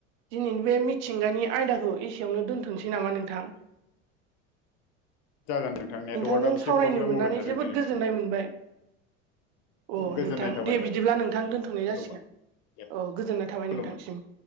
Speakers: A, on the right; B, on the left.
A: दिनैनि बे मिथिंगानि आयदाखौ एसेयावनो दोनथ'नोसै नामा नोंथां
B: जागोन नोंथां नेटवार्कआ
A: नोंथांजों
B: एसे
A: सावरायनो
B: प्रब्लेम
A: मोननानै
B: होबाय थादों
A: जोबोद
B: दिनै
A: गोजोननाय मोनबाय। अ
B: गोजोननाय
A: नोंथां
B: थाबाय
A: दे बिदिब्ला नोंथां दोनथ'नाय
B: खुलुमबाय
A: जासिगोन
B: दे
A: औ गोजोननाय थाबाय
B: खुलुमबाय
A: नोंथांसिम